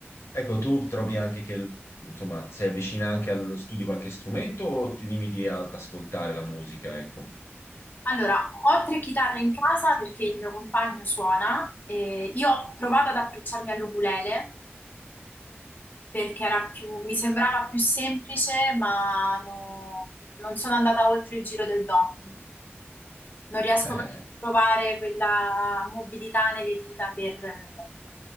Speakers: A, on the left (about 80°); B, on the left (about 40°).
A: Ecco, tu trovi anche che insomma sei avvicina anche allo studio qualche strumento o ti limiti ad ascoltare la musica, ecco?
B: Allora, ho tre chitarre in casa perché il mio compagno suona. e io ho provato ad approcciarmi all'ukulele perché era più- mi sembrava più semplice, ma no- non sono andata oltre il giro del do. Non riesco
A: Eh,
B: proprio a trovare quella mobilità nelle dita per eh,